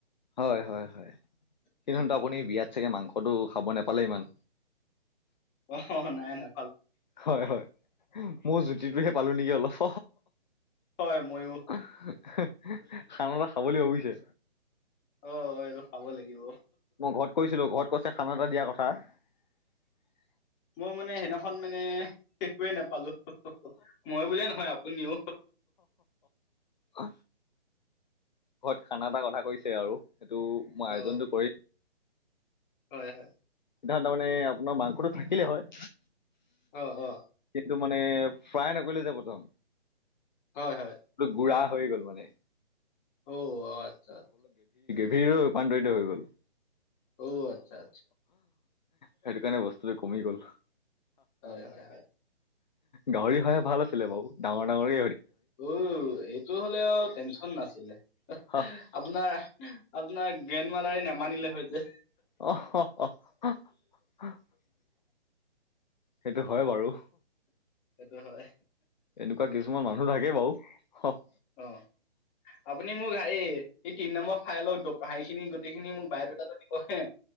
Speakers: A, on the left; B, on the left.
A: হয়, হয়, হয়, সেইহো
B: উম
A: আপুনি বিয়াত চাগে মাংসতটো খাব নাপ পালেমান।
B: অ', নাই নাই।
A: হয়, হয়, মোৰ জুতিটোহে পালো নেকি অলপ
B: হয় মইয়ো
A: খান এটা খাবলৈ ভাবিছে।
B: অ, এই খাব লাগিব।
A: মই ঘৰত কৈছিলো ঘৰত কৈছে খানা এটা দিয়াৰ কথা।
B: মই মানে সেইদিখন মানে একোৱেই নাপালো। মই বুলিয়ে নহয় আপুনিও।
A: অ। ঘৰত খানা এটা কথা কৈছে আৰু সেইটো মই
B: অ
A: আয়োজনটো কৰিম।
B: হয় হয়।
A: সি তাৰমানে আপোনাৰ মাংসটো থাকিলেই হয়।
B: অ', অ'।
A: টো মানে ফ্ৰাই নকৰিলে যে প্ৰথম
B: হয় হয়
A: গু়া হৈ গ'ল মানে।
B: অ' আচ্ছা আচ্ছা।
A: ভিৰ ৰূপান্তৰিত হৈ গ'ল।
B: অ, আচ্ছা আচ্ছা।
A: সেইটো কাৰণে বস্তুটো কমি গ'ল।
B: হয় হয় হয়
A: গাউৰি হয়ে ভাল আছিলে বাৰু ডাঙৰ ডাঙৰে
B: উ, এইটো হলে আৰু টেনশন নাছিলে
A: হা
B: আপোনাৰ আপোনাৰ গেনমাৰাৰে নেমানিলে হয় যে।
A: অ'। সেইটো হয় বাৰু।
B: টো হয়।
A: এনেকুৱা কিছুমান মানুহ থাকে বাৰু <unintelligible>
B: অ'। আপুনি মোক হে এই তিনি নম্বৰ ফাইলৰ হেৰিখিনি গোটেইখিনি মোক বায়ডটাটো দিব হে।